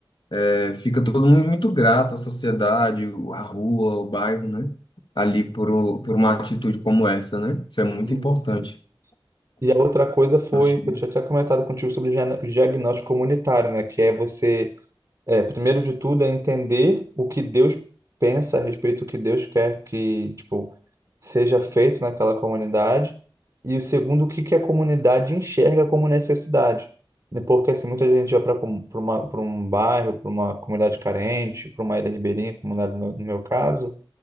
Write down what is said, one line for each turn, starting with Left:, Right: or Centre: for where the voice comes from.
Left: é, fica todo mundo muito grato à sociedade, o- a rua, o bairro, né? Ali por, o- por uma atitude como essa, né? Isso é muito
Right: Sim,
Left: importante.
Right: sim. E a outra coisa foi,
Left: Acho que-
Right: que eu tinha até comentado contigo sobre diagn- diagnóstico comunitário, né? Que é você, é, primeiro de tudo, é entender o que Deus pensa a respeito do que Deus quer que, tipo, seja feito naquela comunidade. E o segundo, o que que a comunidade enxerga como necessidade. né? Porque, assim, muita gente vai para um bairro, para uma comunidade carente, para uma ilha ribeirinha, como era no meu no meu caso,